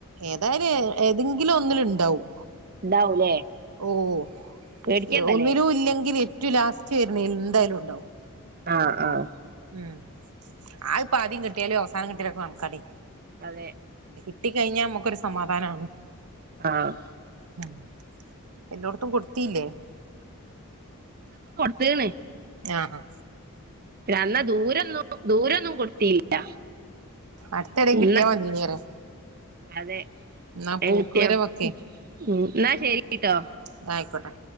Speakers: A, on the right; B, on the right.
A: ഏതായാലും ഏതെങ്കിലും ഒന്നില് ണ്ടാവും.
B: ഉണ്ടാവൂലേ
A: ഓഹ്
B: പേടിക്കണ്ടല്ലേ
A: ഒന്നിലും ഇല്ലെങ്കില് റ്റു ലാസ്റ്റ് വരന്നേല് എന്തായാലുംണ്ടാവും.
B: ആഹ് ആഹ്
A: ഉം അഹ്ഇപ്പൊ ആദ്യം കിട്ടിയാലും അവസാനം കിട്ടിയാലും കണക്കാടി
B: അതെ
A: ട്ടി കഴിഞ്ഞാൽ നമ്മുക്കൊരു സമാധാനാണ്.
B: ആഹ്
A: ഉം എല്ലോട്ത്തും കൊടുത്തീല്ലേ?
B: ത്തീണ്.
A: ആഹ് അഹ്
B: പിന്നെ അന്ന ദൂരൊന്നും ദൂരൊന്നും കൊടുത്തീല്ല.
A: അടുത്തെടേം കിട്ടിയാ
B: ഇന്ന
A: മതിയേനി പറയാ
B: അതെ
A: എന്നാ
B: വേം
A: പോക്ക്
B: കിട്ട്യാ.
A: വരവൊക്കെ
B: ഉം ന്നാ ശരിട്ടോ
A: ഇതായിക്കോട്ടെ